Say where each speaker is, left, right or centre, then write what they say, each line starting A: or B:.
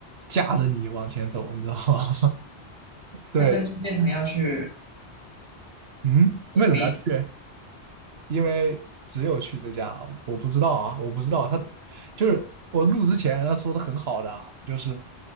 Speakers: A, on the right; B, on the right.
A: 架着你往前走，你知道吗？对，
B: 那那就变成要去
A: 嗯，
B: 没没
A: 为什么要去？因为只有去这家，我不知道啊，我不知道他就是我录之前他说的很好的啊，就是